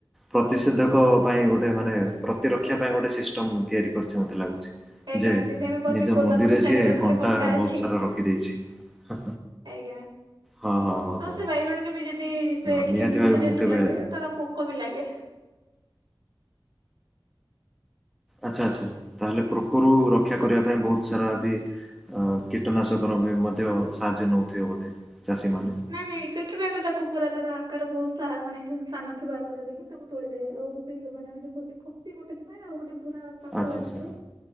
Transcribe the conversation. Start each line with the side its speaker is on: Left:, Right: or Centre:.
Centre: ପ୍ରତିଷେଧକ ପାଇଁ ଗୋଟେ ମାନେ ପ୍ରତିରକ୍ଷା ପାଇଁ ଗୋଟେ ସିଷ୍ଟମ ତିଆରି କରିଛେ ମୋତେ ଲାଗୁଛି।
Right: ଆଜ୍ଞା
Centre: ଯେ
Right: ଯେମିତି ଆମେ କହୁଛେ
Centre: ନିଜ
Right: ଗୋଲାପର
Centre: ମୁଣ୍ଡିରେ
Right: ଚାରି
Centre: ସିଏ
Right: ପାଖରେ
Centre: କଣ୍ଟା
Right: ଅଛି
Centre: ବହୁତ ସାରା ରଖିଦେଇଛି। ହଁ
Right: ଆଜ୍ଞା।
Centre: ହଁ ହଁ।
Right: ଆଉ
Centre: ହଁ
Right: ସେ ବାଇଗଣରେ ବି ଯଦି ସେ
Centre: ହଁ
Right: ଟିକେ
Centre: ନିହାତି
Right: ମିଠା
Centre: ଭାବେ
Right: ଯେହେତୁ
Centre: ମୁଁ କେବେ
Right: ଲାଗେ ତାର ପୋକ ବି ଲାଗେ।
Centre: ଆଚ୍ଛା ଆଚ୍ଛା ତାହେଲେ ପୋକରୁ ରକ୍ଷା
Right: ତ
Centre: କରିବା ପାଇଁ ବହୁତ। ସାରା ବି ଅ କୀଟନାଶକ ର ବି ମଧ୍ୟ ସାହାଯ୍ୟ ନଉଥିବ ବୋଧେ ଚାଷୀ ମାନେ।
Right: ନାଇଁ ନାଇଁ ସେଥିପାଇଁ ତ ତାକୁ ପୁରା ତାର ଆକାର ବହୁତ ଶାହା ସାନ ଥିବା ଆକାରରେ ହିଁ ତାକୁ ତୋଳିଦେଏ ଆଉ। ନେ ଯଉ ମନେ ଆମେ ଜୋ କହୁ ଖୋପି ଗୋଟେ ଥାଏ। ଆଉ ଗୋଟେ ପୁରା ପାକଲା
Centre: ଆଚ୍ଛା ଆଚ୍ଛା
Right: ଥାଏ